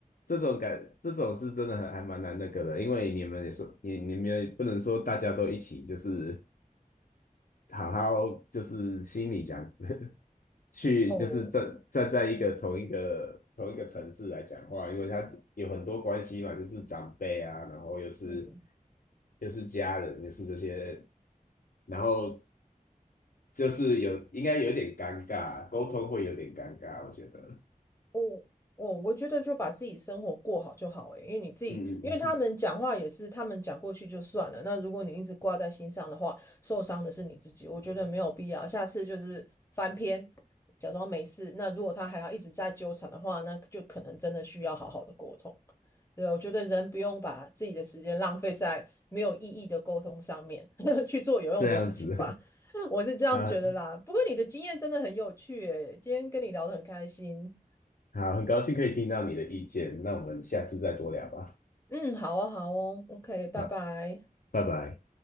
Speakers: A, on the left (about 70°); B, on the left (about 20°).
A: 这种感，这种是真的还还蛮难那个的，因为你们也说，你你们也不能说大家都一起，就是好好就是心里讲，<laughs> 去就是站站在一个同一个同一个城市来讲话，
B: 哦，
A: 因为他有很多关系嘛，就是长辈啊，然后又是
B: 嗯，
A: 又是家人，又是这些，然后就是有应该有点尴尬，沟通会有点尴尬，我觉得，
B: 哦，哦，我觉得就把自己生活过好就好诶，因为你自己，
A: 嗯嗯嗯，
B: 因为他们讲话也是他们讲过去就算了。那如果你一直挂在心上的话，受伤的是你自己，我觉得没有必要。下次就是翻篇，假装没事。那如果他还要一直在纠缠的话，那就可能真的需要好好的沟通。对，我觉得人不用把自己的时间浪费在没有意义的沟通上面，<laughs> 去做有用的事情吧。
A: 这样子
B: <laughs> 我是这样觉得啦。
A: <laughs> 啊，
B: 不过你的经验真的很有趣诶，今天跟你聊得很开心。
A: 好，很高兴可以听到你的意见，那我们下次再多聊吧。
B: 嗯，好啊，好哦，OK，拜拜。
A: 好，拜拜。